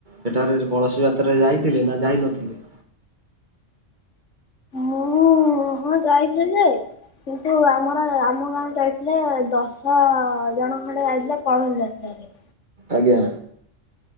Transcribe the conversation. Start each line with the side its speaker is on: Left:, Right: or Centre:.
Right: ସେଠାରେ କଳସ ଯାତ୍ରା ଯାଇଥିଲେ ନା ଯାଇ ନଥିଲେ।
Left: ମୁଁ ହଁ ଯାଇଥିଲି ଯେ କିନ୍ତୁ ଆମର ଆମ ଗାଁରେ ଯାଇଥିଲେ ଦଶ ଜଣ ଖଣ୍ଡେ ଯାଇଥିଲେ କଳସ ଯାତ୍ରାରେ।
Right: ଆଜ୍ଞା।